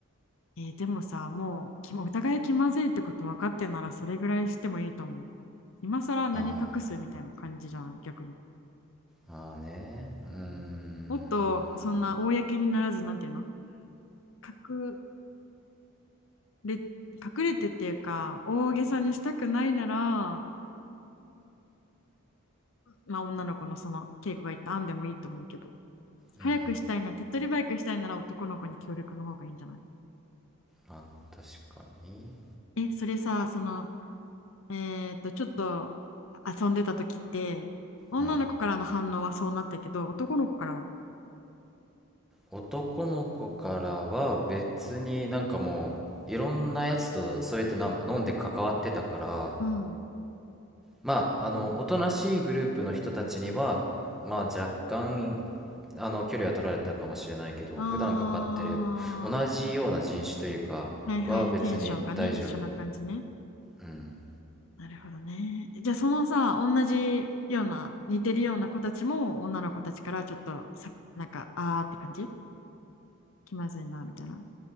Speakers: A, on the left; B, in the centre.
A: えーでもさ、もうき <laughs> お互い気まずいってこと分かってならそれぐらいしてもいいと思う。今更何隠すみたいな感じじゃない、
B: あ
A: 逆に。
B: ー、まあーね。うーん。
A: もっとそんな公にならず、なんていうの隠れ、隠れてっていうか、大げさにしたくないなら、まあ女の子のその稽古が言った案でもいいと思うけど、早くしたいな、
B: うーん。
A: 手っ取り早くしたいなら男の子に協力の方がいいんじゃない
B: まあー、確かに。
A: え、それさ、そのえっと、ちょっと遊んでた時って、女の子からの反応はそうなったけど、
B: うん。
A: 男の子からは、
B: 男の子からは別になんかもういろんなやつとそうやってな飲んで関わってたから
A: うん。
B: まああのおとなしいグループの人たちにはまあ若干あの距離は取られたかもしれないけど普段かかってるような同じような人種というかは別に大丈夫
A: あー、はいはい、テンションがね、一緒な感じね。
B: うん
A: なるほどね。じゃあ、そのさ、同じような、似てるような子たちも、女の子たちからちょっとさ、なんか、あーって感じ気まずいな、みたいな。